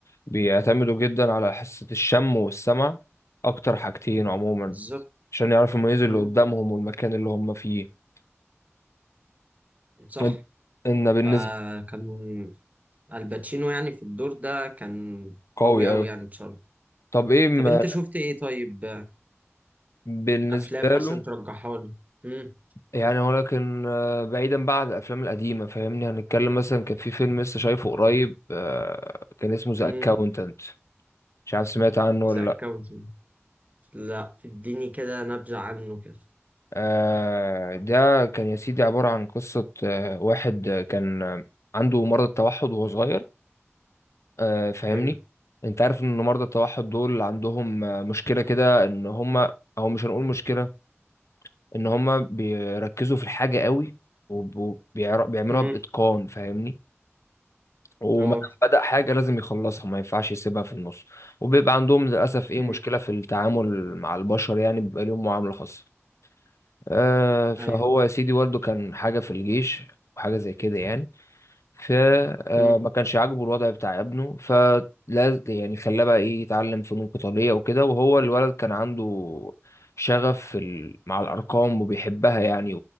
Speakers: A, on the left; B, on the right.
A: بيعتمدوا جدا على حاسة الشم والسمع اكتر حاجتين عموما
B: بالظبط
A: عشان يعرفوا يميزوا
B: مم.
A: اللي قدامهم والمكان اللي هم فيه
B: صح
A: ان إن بالنسبة
B: فكان الباتشينو يعني في الدور ده كان
A: قوي
B: قوي أوي
A: اوي
B: يعني بصراحة
A: طب ايه ما
B: طب أنت شفت إيه طيب
A: بالنسبة
B: أفلام مثلا
A: له
B: ترجحها لي مم.
A: يعني ولكن آه، بعيدا بقى عن الافلام القديمه فاهمني هنتكلم مثلا كان في فيلم لسه شايفه قريب آه، كان اسمه ذا
B: مم.
A: اكاونتنت مش عارف سمعت عنه
B: ذا
A: ولا
B: أكاونت
A: لا
B: لا اديني كده نبذة عنه كده
A: آه، ده كان يا سيدي عباره عن قصه آه، واحد آه، كان آه، عنده مرض التوحد وهو صغير آه، فاهمني
B: حلو
A: انت عارف ان مرضى التوحد دول عندهم آه، مشكله كده ان هم او مش هنقول مشكله ان هم بيركزوا في الحاجه قوي وبيعملوها
B: مم.
A: باتقان فاهمني وما
B: اه
A: دام بدأ حاجة لازم يخلصها ما ينفعش يسيبها في النص وبيبقى عندهم للأسف إيه
B: مم.
A: مشكلة في التعامل مع البشر يعني بيبقى ليهم معاملة خاصة آه فهو
B: ايوه
A: يا سيدي والده كان حاجة في الجيش وحاجة زي كده يعني فما
B: مم.
A: كانش عاجبه الوضع بتاع ابنه فلا يعني خلاه بقى إيه يتعلم فنون قتالية وكده وهو الولد كان عنده شغف في ال- مع الأرقام وبيحبها يعني